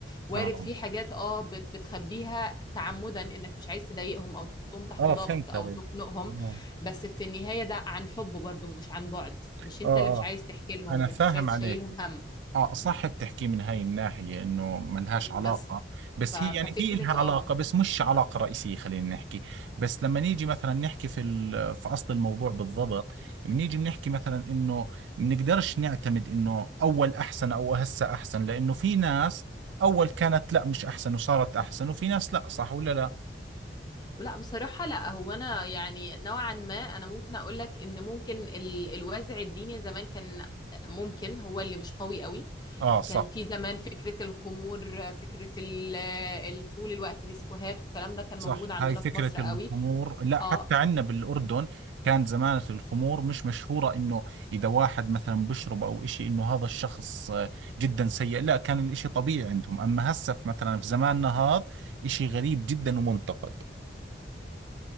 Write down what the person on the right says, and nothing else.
اه
اه
فهمت
عليك
اه
اه
اه
انا فاهم
عليك
اه صح بتحكي من هاي الناحية انه ما لهاش علاقة
بس
هي يعني في لها علاقة
بس مش علاقة رئيسية خلينا نحكي بس لما نيجي مثلا نحكي في ال- في اصل الموضوع بالضبط بنيجي بنحكي مثلا انه بنقدرش نعتمد انه اول احسن او هسه احسن لانه في ناس اول كانت لا مش احسن وصارت احسن وفي ناس لا صح ولا لا
اه صح
صح
هاي فكرة
الخمور لا حتى
عندنا بالأردن كانت زمان الخمور مش مشهورة إنه إذا واحد مثلا بشرب أو إشي إنه هذا الشخص آه، جدا سيء لا كان الإشي طبيعي عندهم أما هسه في- مثلا في زماننا هذا إشي غريب جدا ومنتقد